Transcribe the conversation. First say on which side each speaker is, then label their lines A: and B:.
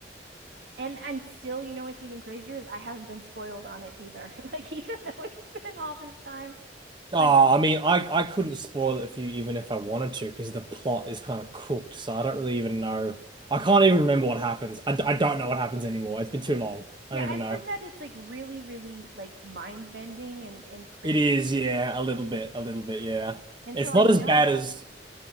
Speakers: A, on the right; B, on the right.
A: and and still, you know what's even crazier is I haven't been spoiled on it either. <laughs> Like even though it's been all this time,
B: Oh,
A: like
B: I mean, I, I couldn't spoil it for you even if I wanted to because the plot is kind of cooked. So I don't really even know. I can't even remember what happens. I, d- I don't know what happens anymore. It's been too long.
A: yeah,
B: I don't even
A: I've
B: know.
A: heard that it's like really, really like mind bending and and crazy
B: It is, yeah, a little bit, a little bit, yeah.
A: And
B: It's
A: so I
B: not
A: know,
B: as bad as